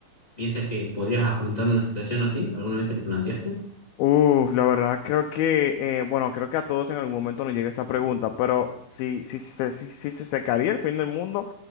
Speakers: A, on the left; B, on the left.
A: ¿piensas que podrías afrontar una situación así? ¿Alguna vez te lo planteaste?
B: Uf, la verdad creo que, eh, bueno, creo que a todos en algún momento nos llega esa pregunta, pero si, si, se- si, si se secaría el fin del mundo,